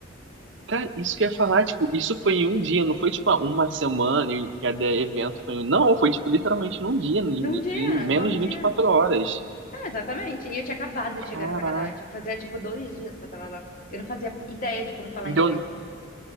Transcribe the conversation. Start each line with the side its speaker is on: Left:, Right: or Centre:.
Right: Cara, isso que eu ia falar, tipo, isso foi em um dia, não foi tipo ah, uma semana e cada evento foi. em- Não, foi tipo literalmente num dia, em,
Left: Num dia,
Right: em menos
Left: só um
Right: de
Left: dia.
Right: vinte e quatro horas.
Left: Não, exatamente. E eu tinha acabado
Right: Caraca.
Left: de chegar no Canadá, tipo, fazia tipo dois dias que eu tava lá. Eu não fazia ideia de como falar
Right: Então,
Left: inglês.